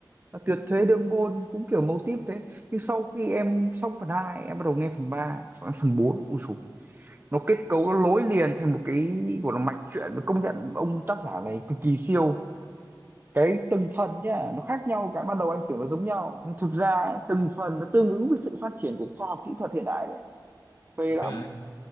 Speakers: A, on the right (about 25°); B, on the left (about 65°).
A: và tuyệt thế đương môn cũng kiểu mâu típ thế nhưng sau khi em xong phần hai em bắt đầu nghe phần 3 phần bốn ui dồi, nó kết cấu nó nối liền thành một cái gọi là mạch truyện và công nhận ông tác giả này cực kỳ siêu cái từng phần nhá nó khác nhau cái ban đầu anh tưởng nó giống nhau nhưng thực ra ấy, từng phần nó tương ứng với sự phát triển của khoa học kỹ thuật hiện đại đấy phê
B: Ờ,
A: lắm
B: Thế là anh,